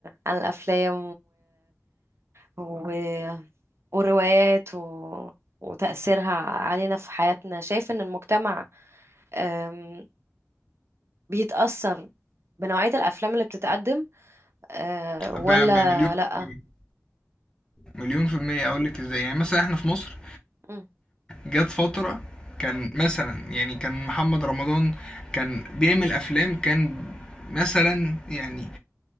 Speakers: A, on the right (about 55°); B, on the left (about 15°).
A: عن الافلام و... والروايات و... وتأثيرها علينا في حياتنا شايف إن المجتمع أم، بيتأثر بنوعية الأفلام اللي بتتقدم أه، ولا
B: ب- ب- مليون في
A: لأ
B: المية. مليون في المية أقول لك إزاي يعني مثلا إحنا في مصر
A: مم.
B: جات فترة كان مثلا يعني كان محمد رمضان كان بيعمل افلام كان مثلا يعني